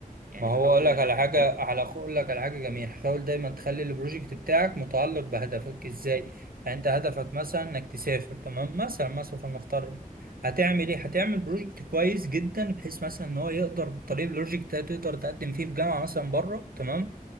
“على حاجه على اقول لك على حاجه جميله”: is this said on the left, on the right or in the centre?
Right